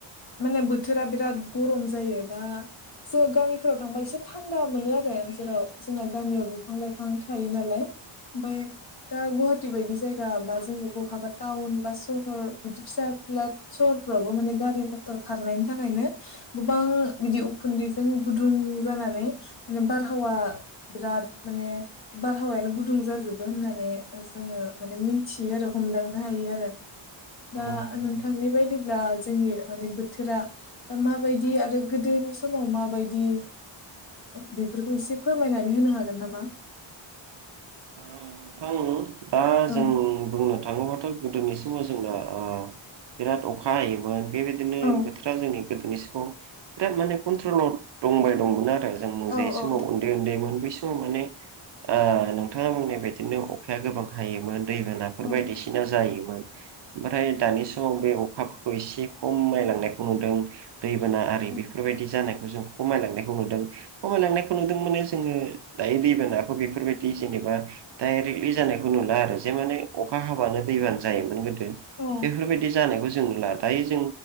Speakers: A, on the left; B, on the right.
A: माने बोथोरा बिराद गर'म जायो दा जे गामिफोराव थांबा एसे थानदा मोनो आरो जेराव जोंना गामियाव बिफां लाइफां थायो नालाय। बाय दा गुवाहाटि। बायदि जायगा बा जोंनि बहाबा टाउन बा सहर बिदि फिसा फिला। सहरफ्रावबो माने गारि मथर खारनायनि थाखायनो गोबां बिदि उखुन्दै। जों गुदुं जानानै माने बारहावा बिराद माने बारहावायानो गुदुं जाजोबो होननानै जोङो माने मिथियो आरो हमदांनो हायो आरो।
B: औ
A: दा
B: औ नंगौ
A: नोंथा। थांनाय बायदिब्ला जोंनि माने बोथोरा दा माबायदि आरो गोदोनि समाव मा बायदि बेफोरखौ एसे फोरमायनानै होनो हागोन नामा।
B: ओ नोंथां दा
A: औ
B: जों बुंनो था थाङोबाथ गोदोनि समाव जोंना ओ बिराद अखा हायोमोन बेबायदिनो
A: औ
B: बोथोर जोंनि गोदोनि समाव बिराद माने कन्ट्रल दंबाय दंमोन आरो जों
A: औ
B: जे
A: औ
B: समाव। उन्दै उन्दैमोन बै समाव माने ओ नोंथाङा बुंनाय बायदिनो अ अखाया गोबां हायोमोन दैबानाफोर
A: औ
B: बायदिसिना जायोमोन ओमफ्राय दानि समाव बे अखाफोरखौ एसे खम नायलांनायखौ मोनदों। दैबाना आरि
A: औ
B: बेफोरबायदि जानायखौ जों। खमायलांनायखौ नुदों खमायलांनायखौ नुदों माने जोङो दायो दैबानाखौ बेफोरबादि जेनेबा बा डाइरेक्टलि जानायखौ नुला आरो जे माने अखा हाबानो दैबानो जायोमोन गो दो
A: औ
B: बेफोरबायदि। जानायखौ जों नुला दायो जों